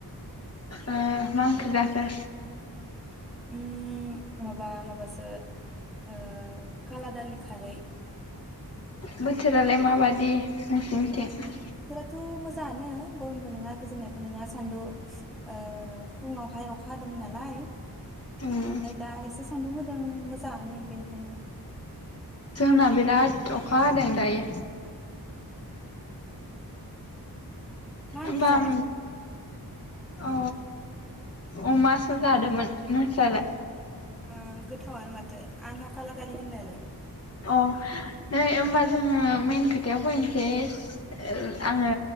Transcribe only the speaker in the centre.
उम। माबा माबासो ओ काला दालि खारै।
थ' मोजाङानो गरमबो नङा गोजांनायबो नङा सानदु ओ फुङावहाय अखा हादोंमोन नालाय
ओमफाय दा एसे सान्दुं होदों मोजाङानो बेनिखायनो
मा ओंख्रि
जानाय
ओ गोथावनो माथो आंहा खालादालि होननायालाय।